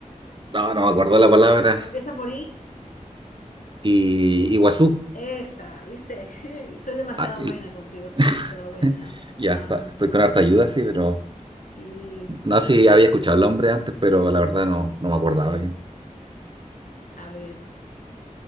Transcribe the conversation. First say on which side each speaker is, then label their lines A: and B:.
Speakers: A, on the right; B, on the left.
A: no, no me acuerdo la palabra.
B: Empieza por I.
A: Y Iguazú.
B: Esa, ¿viste? <laughs> Soy demasiado
A: Ah, el-
B: buena contigo, soy demasiado
A: <laughs>
B: buena. No,
A: ya está,
B: no.
A: estoy con harta ayuda, sí, pero
B: Y
A: no sé si había escuchado el nombre antes, pero la verdad no, no me acordaba bien.
B: a ver.